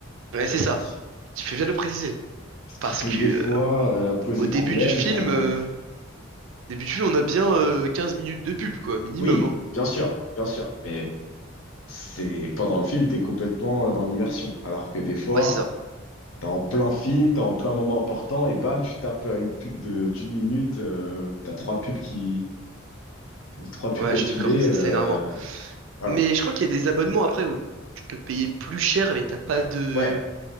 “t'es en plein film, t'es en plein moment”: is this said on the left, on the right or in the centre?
Left